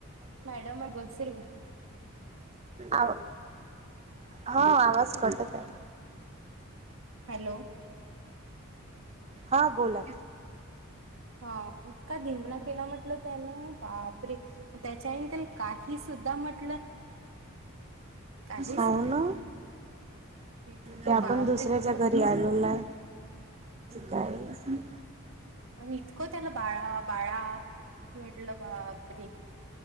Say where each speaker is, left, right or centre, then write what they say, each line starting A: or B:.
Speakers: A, on the right; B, on the right.
A: मॅडम मग <unintelligible>
B: आवा हा आवाज कट होत आहे.
A: हॅलो
B: हा, बोला.
A: हा इतका धिंगणा केला म्हटलं त्यानं बापरे! त्याच्या आई त्याला काही सुद्धा म्हट काहीच
B: हाव
A: नाही
B: ना,
A: इतकं
B: ते आपण
A: बापरे
B: दुसऱ्याच्या
A: खूपच
B: घरी आलेलो आहे. काहीच नाही.
A: आणि इतकं त्याला बाळा बाळा म्हटलं बापरे!